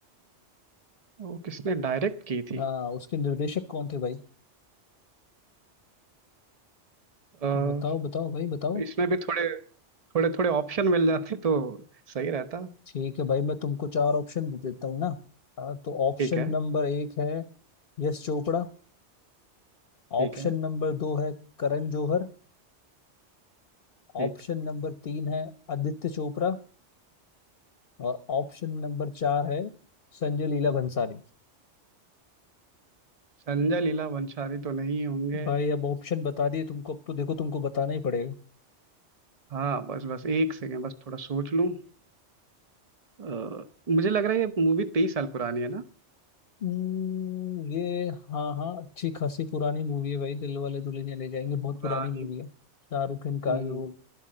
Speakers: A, on the right (about 35°); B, on the left (about 50°).
A: वो किसने डायरेक्ट की थी
B: हाँ उसके निर्देशक कौन थे भाई
A: अ, तो
B: बताओ बताओ भाई बताओ
A: इसमें भी थोड़े थोड़े थोड़े ऑप्शन मिल जाते तो सही रहता
B: ठीक है भाई मैं तुमको चार ऑप्शन दे देता हूँ ना हाँ, तो ऑप्शन
A: ठीक है
B: नंबर एक है यश चोपड़ा
A: ठीक
B: ऑप्शन
A: है
B: नंबर दो है करण जौहर ऑप्शन
A: ठीक
B: नंबर तीन है आदित्य चोपड़ा और ऑप्शन नंबर चार है संजय लीला भंसाली
A: संजय लीला भंसाली तो नहीं होंगे
B: भाई अब ऑप्शन बता दिए तुमको अब तो देखो तुमको बताना ही पड़ेगा
A: हाँ बस बस एक सेकेंड बस थोड़ा सोच लूँ अ, मुझे लग रहा है ये मूवी तेईस साल पुरानी है ना
B: हम्म, ये हाँ हाँ अच्छी खासी पुरानी मूवी है भाई दिल वाले दुल्हनिया ले जाएंगे बहुत
A: पुरानी
B: पुरानी मूवी है शाहरुख खान का
A: हम्म,
B: जो